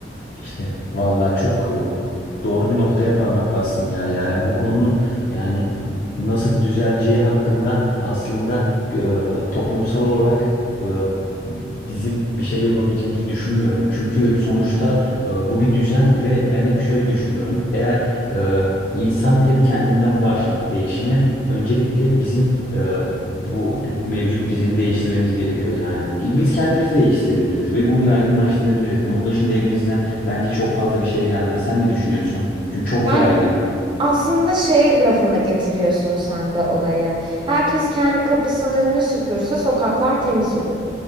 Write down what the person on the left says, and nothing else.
İşte vallahi çok doğru bir noktaya parmak bastın ya Yaren. Bu konunun yani nasıl düzeleceği hakkında aslında e, toplumsal olarak e, bizim bir şey yapabileceğimizi düşünmüyorum. Çünkü sonuçta e, bu bir düzen ve ben hep şöyle düşünüyorum. Eğer e, insan hep kendinden başlar değişime, öncelikle bizim e, bu mevcut düzeni değiştirmemiz gerekiyor yani. Ki Biz kendimiz değiştirebiliriz ve bunu yaygınlaştırabiliriz. Bunun dışında elimizden Bence çok fazla bir şeye gelmez. Sen ne düşünüyorsun? Çünkü çok
yaygın.